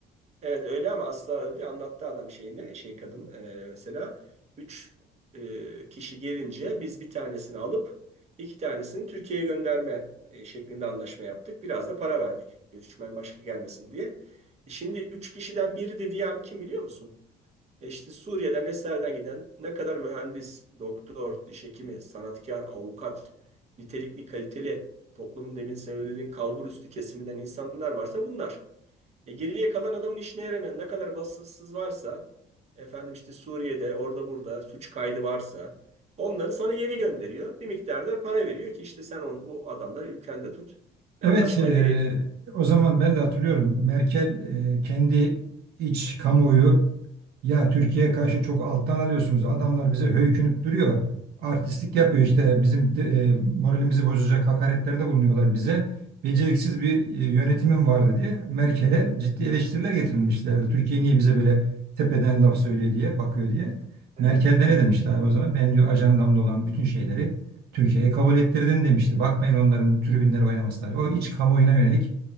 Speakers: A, on the right (about 40°); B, on the right (about 70°).
A: Evet öyle ama asla öyle anlattı adam şeyini şey kadın e, mesela 3 kişi gelince biz bir tanesini alıp iki tanesini Türkiye'ye gönderme e, şeklinde anlaşma yaptık. Biraz da para verdik göçmen başka gelmesin diye. E şimdi 3 kişiden biri dedi ya abi kim biliyor musun? E işte Suriye'den vesaireden giden ne kadar mühendis, doktor, diş hekimi, sanatkar, avukat, nitelikli, kaliteli toplumun demin söylediğin kalbur üstü kesiminden insanlar varsa bunlar. E, geriye kalan adamın işine yaramayan ne kadar vasıfsız varsa efendim işte Suriye'de orada burada suç kaydı varsa onları sana geri gönderiyor. Bir miktarda para veriyor ki işte sen on, bu adamları ülkende tut.
B: Evet,
A: E, anlaşma
B: e,
A: gereği.
B: o zaman ben de hatırlıyorum. Merkel e, kendi iç kamuoyu ya Türkiye'ye karşı çok alttan alıyorsunuz. Adamlar bize höykünüp duruyor. Artistlik yapıyor işte. Bizim de- e, moralimizi bozacak hakaretlerde bulunuyorlar bize. Beceriksiz bir e, yönetimim vardı diye Merkel'e ciddi eleştiriler getirilmişlerdi. Türkiye niye bize böyle tepeden laf söylüyor diye, bakıyor diye.
A: Evet.
B: Merkel de ne demişti abi o zaman? Ben diyor ajandamda olan bütün şeyleri Türkiye'ye kabul ettirdim demişti. Bakmayın onların tribünler oynamasına. O iç kamuoyuna yönelik